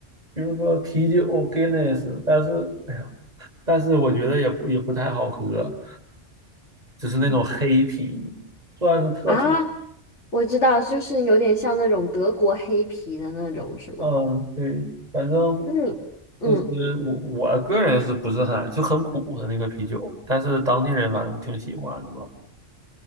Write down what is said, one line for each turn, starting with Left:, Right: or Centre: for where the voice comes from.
Right: 比如说啤酒 Guinness，但是哎呀，但是我觉得也不也不太好喝，只是那种黑啤，
Left: 嗯
Right: 算是特产。
Left: 啊，我知道，就是有点像那种德国黑啤的那种，是吗？
Right: 嗯，对，反正
Left: 那你，嗯
Right: 就是我我个人是不是很就很苦的那个啤酒，但是当地人反正挺喜欢的吧。